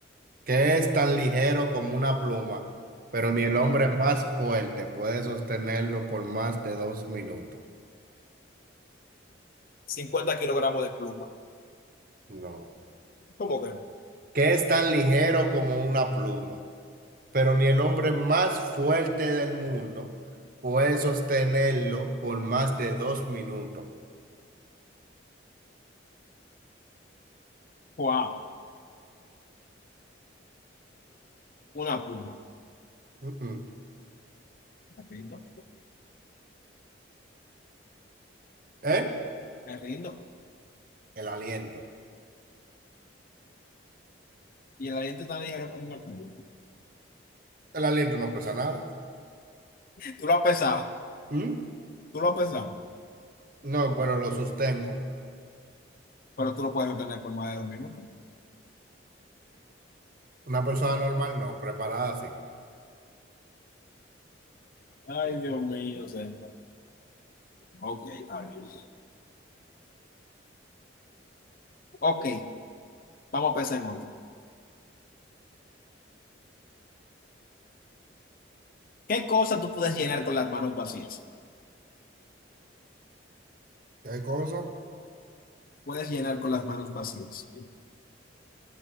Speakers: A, on the right; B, on the left.
A: ¿Qué es tan ligero como una pluma, pero ni el hombre más fuerte puede sostenerlo por más de dos minutos?
B: 50 kilogramos de pluma.
A: No.
B: ¿Cómo que no?
A: ¿Qué es tan ligero como una pluma? pero ni el hombre más fuerte del mundo puede sostenerlo por más de dos minutos.
B: Wow, una pluma.
A: Mm-mm.
B: Me rindo,
A: ¿Eh?
B: me rindo.
A: El aliento.
B: Y el aliento tan ligero como una pluma.
A: El aliento no pesa nada.
B: Tú lo has pesado,
A: ¿Mm?
B: tú lo has pesado,
A: No, pero lo sostengo.
B: pero tú lo puedes obtener por más de dos minutos.
A: Una persona normal no, preparada así.
B: Ay, Dios mío, señor. Ok, está bien. Ok, vamos a pensar en otro. ¿Qué cosa tú puedes llenar con las manos vacías?
A: ¿Qué cosa?
B: Puedes llenar con las manos vacías.